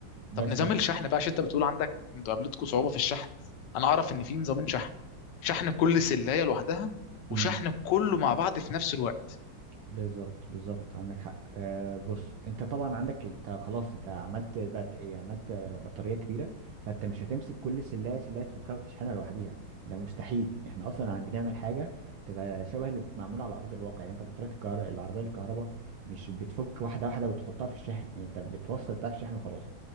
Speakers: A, on the right; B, on the left.
A: بس
B: طب نظام
A: ف...
B: الشحن بقى عشان انت بتقول عندك انتوا قابلتكم صعوبه في الشحن انا اعرف ان في نظام شحن شحن كل سلايه لوحدها وشحن
A: مم.
B: كله مع بعض في نفس الوقت
A: بالظبط بالظبط عندك حق آه بص انت طبعا عندك انت خلاص انت عملت بات ايه عملت آه، بطاريه كبيره فانت مش هتمسك كل سلايه سلايه تفكها وتشحنها لوحديها ده مستحيل احنا اصلا عم بنعمل حاجه تبقى شبه اللي معموله على ارض الواقع يعني انت بطاريه الكهر... العربيه الكهرباء مش بتفك واحده واحده وتحطها في الشاحن يعني انت بتوصل بتاع الشحن وخلاص